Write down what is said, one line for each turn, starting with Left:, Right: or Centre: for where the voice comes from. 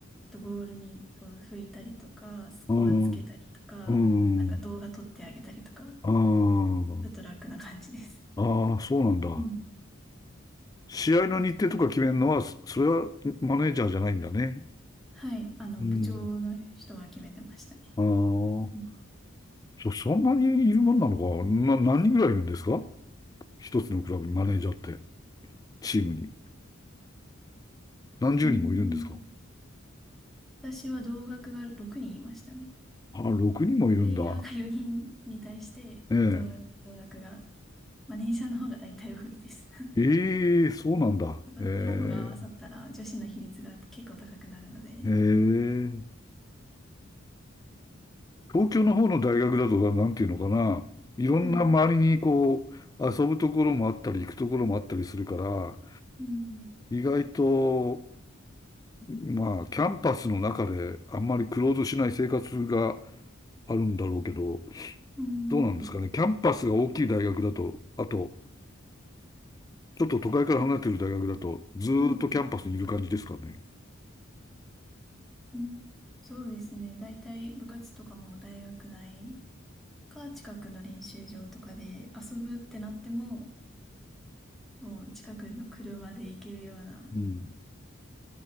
Centre: とボールミを拭いたりとか、スコアつけたりとか、
Left: うん、う
Centre: なんか動画撮ってあげたりとか、
Left: ん、あー
Centre: ちょっと楽な感じです。
Left: あー、そうなんだ。
Centre: うん。
Left: 試合の日程とか決めるのは、そそれはマネージャーじゃないんだね。
Centre: はい、あの、
Left: うん、
Centre: 部長の人が決めてましたね。
Left: ああ、
Centre: うん。
Left: そ、そんなにいるもんなのかな、何人ぐらいいるんですか一つのクラブにマネージャーって、チームに。何十人もいるんですか
Centre: うん。私は同学が6人いましたね。
Left: あ、6人もいるんだ。
Centre: プレイヤーが4人に対して同額、
Left: ええ。
Centre: 同額が、まあ、年者の方が大体多いです。
Left: えーそうなんだ。
Centre: <laughs> やっぱ看護が合わさったら女子の比率が結構高くなるので。
Left: ええ、ええ、うん。東京の方の大学だと、なんていうのかな。いろんな周りにこう、
Centre: うん、
Left: 遊ぶところもあったり、行くところもあったりするから、
Centre: うん、
Left: 意外と、まあ、キャンパスの中であんまりクローズしない生活があるんだろうけど、
Centre: うん、
Left: どうなんですかね。キャンパスが大きい大学だと、あと、ちょっと都会から離れてる大学だと、ずーっとキャンパスにいる感じですかね。
Centre: うん、うんそうですね。大体部活とかも大学内か近くの練習場とかで遊ぶってなっても、もう近くの車で行けるような
Left: うん。